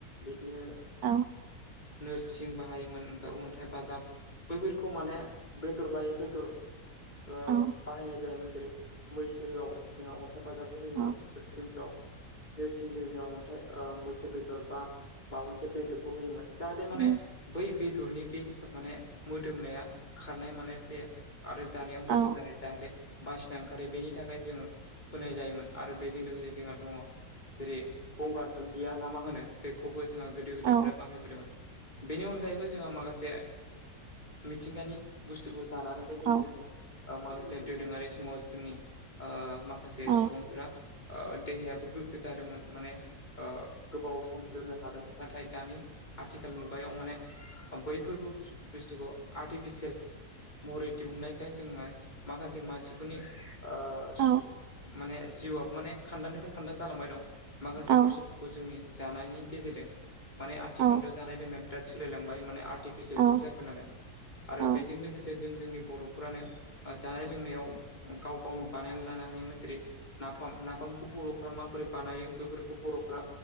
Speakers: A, on the left; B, on the right.
A: बिदिनो
B: औ
A: नोरसिं बाहायोमोन ओमफ्राय अन्थाइ बाजाब बैफोरखौ माने बेदर लायै बेदर ओ
B: औ
A: बाहायनाय जायोमोन जेरै मैसोआव जोंहा अन्थाइ बाजाबबो होयोमोन
B: औ
A: नोरसिंफ्राव नोरसिंजों जोंहा अन्थाइ मैसो बेदर बा माबा मोनसे बेदरखौ होयोमोन जाहाथे माने
B: उम
A: बै बेदरनि बे माने मोदोमनाया खारनाय माने जे आरो जानायाव मोजां
B: औ
A: जानाय जाहाथे बासिना ओंखारो बेनि थाखाय जोङो होनाय जायोमोन आरो बेजों लोगोसे जोंहा दङ जेरै गंगार दुन्दिया ना मा होनो बेखौबो जोंहा गोदो गोदायनिफ्राय
B: औ
A: बाहायबोदोंमोन। बेनि अनगायैबो जोंहा माखासे मिथिंगानि बुस्थुखौ जानानैबो जों
B: औ
A: जोंनि माखासे दोरोङारि समाव जोंनि ओ माखासे
B: औ
A: सुबुंफ्रा देहायाबो गोग्गो जादोंमोन माने गोबाव सम जोरनो हादोंमोन नाथाय दानि आथिखाल मुगायाव माने बैफोरबो बुस्थुखौ आर्टिफिसियेल महरै दिहुननायखाय जोङो माखासे मानसिफोरनि <unintelligible>
B: औ
A: माने जिउआ माने खान्दानिफ्राय खान्दा जालांबाय दं। माखासे
B: औ
A: बुस्थुफोरखौ
B: औ
A: जोंनि जानायनि गेजेरजों माने आथिखालथ'
B: औ
A: जानाय लोंनाय बिराद सोलायलांबाय माने आर्टिफिसियेल
B: उम
A: जुग जाबाय नालाय आरो
B: औ
A: बेजों लोगोसे जों जोंनि बर'फोरानो जानाय लोंनायाव गाव गावनो बानायना लानो हायोमोन जेरै नाफाम नाफामखौ बर'फ्रा माबोरै बानायो बे बेफोरखौ बर'फ्रा